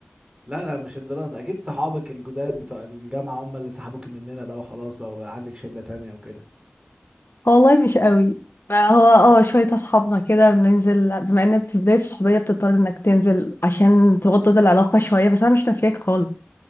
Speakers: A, on the right; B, on the left.
A: لا لا مش الدراسة اكيد صحابك الجداد بتوع الجامعة هم اللي سحبوك مننا بقى وخلاص بقى وبقى عندك شلة تانية وكده
B: والله مش قوي فهو اه شوية اصحابنا كده بننزل بما ان في بداية الصحوبية بتضطر انك تنزل عشان توطد العلاقة شوية بس انا مش ناسياك خالص